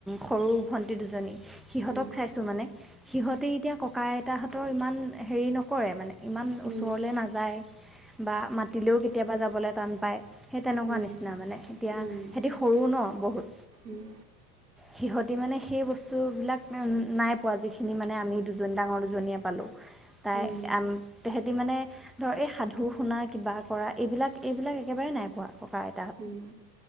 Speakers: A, in the centre; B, on the right (about 80°).
A: সৰু ভণ্টি দুজনী, সিহঁতক
B: উম
A: চাইছোঁ মানে। সিহঁতে এতিয়া ককা-আইতাহঁতৰ ইমান হেৰি নকৰে মানে, ইমান
B: উম
A: ওচৰলে নাযা যায় বা মাতিলেও কেতিয়াবা যাবলৈ টান পায়। সেই তেনেকুৱা
B: উম
A: নিচিনা মানে, এতিয়া
B: উম
A: সিহঁতি সৰু ন' বহুত।
B: উম
A: সিহঁতি মানে সেই বস্তুবিলাক মানে নাই পোৱা। যিখিনি মানে আমি দুজনী, ডাঙৰ দুজনীয়ে পালোঁ। তাই
B: উম
A: আম, তেহেঁতি মানে ধৰ এই সাধু শুনা কিবা কৰা এইবিলাক, এইবিলাক একেবাৰে নাই পোৱা, ককা-আই
B: উম,